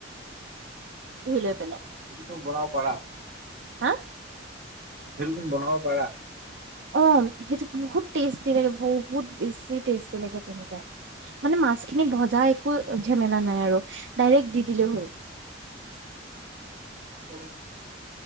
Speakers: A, on the right; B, on the right.
A: ধুই লৈ পেলাই,
B: এইটো তুমি বনাব পাৰা,
A: হা?
B: সেইটো তুমি বনাব পাৰা।
A: অ', সেইটো বহুত টেষ্টি লাগে, বহুত বেছি টেষ্টি লাগে তেনেকুৱা। মানে মাছখিনি ভজা একো ঝামেলা নাই আৰু ডাইৰেক্ট দি দিলে হ'ল।
B: উম।